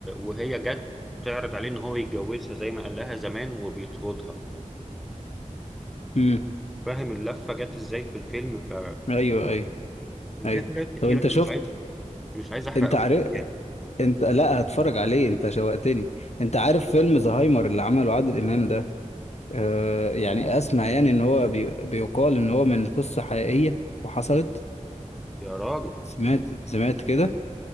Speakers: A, in the centre; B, on the left.
A: وهي جت تعرض عليه ان هو يتجوزها زي ما قال لها زمان وبيطردها
B: امم
A: فاهم اللفة جت ازاي في الفيلم ف
B: ايوه ايوه
A: وفي
B: ايوه
A: حاجات كتير
B: طب انت
A: انا
B: شفت
A: مش عايز مش عايز احرقه
B: انت عارف
A: يعني
B: انت لا هتفرج عليه انت شوقتني انت عارف فيلم زهايمر اللي عمله عادل امام ده آه يعني اسمع يعني ان هو بي... بيقال ان هو من قصة حقيقية وحصلت
A: يا راجل
B: سمعت سمعت كده